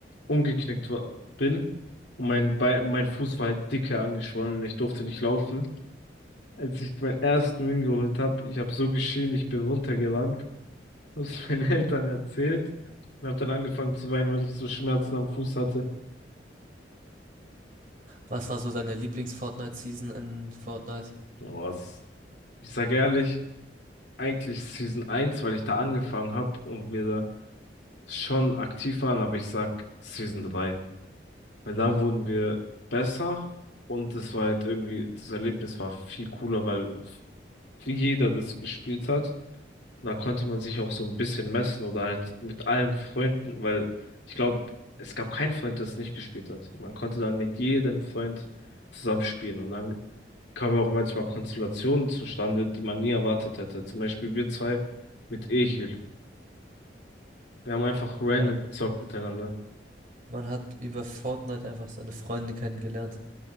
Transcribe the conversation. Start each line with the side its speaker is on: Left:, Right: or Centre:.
Left: umgeknickt war, bin. Und mein Bein, mein Fuß war halt dicke angeschwollen und ich durfte nicht laufen. Als ich meinen ersten Win geholt habe, ich habe so geschrien, ich bin runtergerannt, habe es meinen <laughs> Eltern erzählt und habe dann angefangen zu weinen, weil ich so Schmerzen am Fuß hatte.
Right: Was war so deine Lieblings-Fortnite-Season in Fortnite?
Left: Was? Ich sage ehrlich, eigentlich Season eins, weil ich da angefangen habe und wir da schon aktiv waren, aber ich sag Season 3, weil da wurden wir besser und das war halt irgendwie, das Erlebnis war viel cooler, weil f- jeder das gespielt hat. Da konnte man sich auch so ein bisschen messen oder halt mit allen Freunden, weil ich glaube, es gab keinen Freund, der es nicht gespielt hat. Man konnte dann mit jedem Freund zusammenspielen und dann kamen ja auch manchmal Konstellationen zustande, die man nie erwartet hätte. Zum Beispiel wir zwei mit Ehil. Wir haben einfach random
Right: Ja,
Left: gezockt miteinander.
Right: man hat über Fortnite einfach seine Freunde kennengelernt,